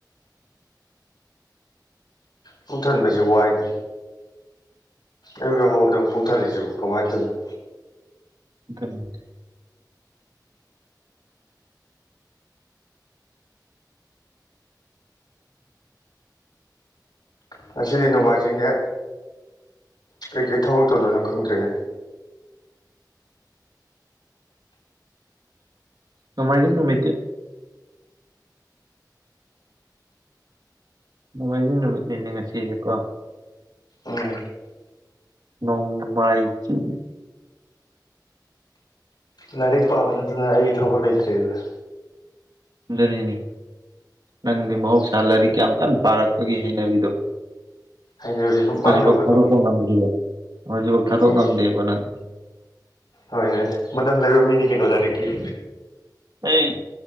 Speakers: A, on the left; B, on the right.
A: ꯄꯨꯨꯡꯛꯊꯟꯕꯁꯤ ꯋꯥꯏꯅꯦ ꯑꯨꯛ ꯌꯥꯍꯧꯕꯗ ꯄꯨꯛꯊꯜꯂꯤꯁꯤ ꯀꯃꯥꯏꯅ ꯇꫭꯏꯅꯣ
B: ꯑꯗꯨ <unintelligible>
A: ꯉꯁꯤꯗꯤ ꯅꯣꯡꯃꯥꯏꯖꯤꯡꯅꯦ ꯀꯩꯀꯩ ꯊꯕꯛ ꯇꯧꯗꯣꯏꯅꯣ ꯈꯪꯗ꯭ꯔꯤꯅꯦ
B: ꯅꫭꯡꯃꯥꯂꯤꯡ ꯅꯨꯃꯤꯠꯇꯤ ꯅꯨꯡꯉꯥꯏꯖꯩ ꯅꯨꯃꯤꯠꯅꯤꯅꯦ ꯉꯁꯤꯁꯦꯀꯣ
A: ꯎꯝ
B: ꯅꫭꯡ ꯃꯥꯏ ꯖꯤꯡ
A: ꯂꯥꯏꯔꯤꯛ ꯄꯥꯕ ꯅꯠꯇꯅ ꯑꯩ ꯊꯕꯛ ꯂꯩꯇ꯭ꯔꯦꯗꯨꯅꯤ
B: ꯑꯗꯨꯅꯤꯅꯤ ꯅꯪꯗꯤ
A: ꯎꯝ
B: ꯃꯍꯧꯁꯥ ꯂꯥꯏꯔꯤꯛ ꯌꯥꯝ ꯀꯟꯅ ꯄꯥꯔꯛꯄꯒꯤ ꯍꯩꯅꯕꯤꯗꯣ
A: ꯍꯩꯅꯕꯤꯁꯨ
B: ꯍꯧꯖꯤꯛꯐꯧ
A: ꯃꯥꯡꯅꯕꯗꯣ
B: ꯊꯥꯗꯣꯛꯄ ꯉꯝꯗ꯭ꯦꯔꯤꯕ ꯍꯧꯖꯤꯛꯐꯥꯎ ꯊꯥꯗꯣꯛ
A: ꯎꯝ
B: ꯉꯝꯗꯦꯕ ꯅꯪ
A: ꯍꯣꯏꯅꯦ ꯃꯅꯝ ꯂꯩꯕ ꯃꯤꯅꯤ ꯀꯩꯅꯣ ꯂꯥꯏꯔꯤꯛꯀꯤ
B: ꯑꯩ